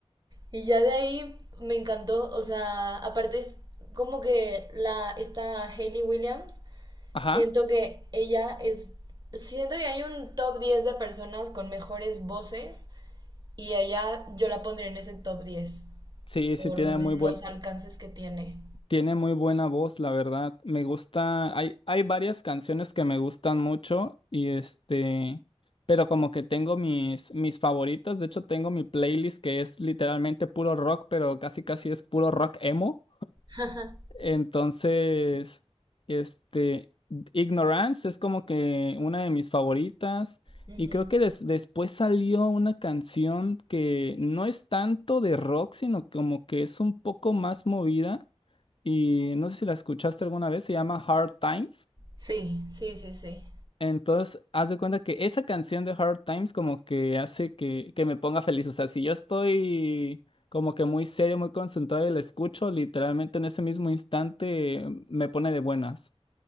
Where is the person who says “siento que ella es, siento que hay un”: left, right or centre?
Right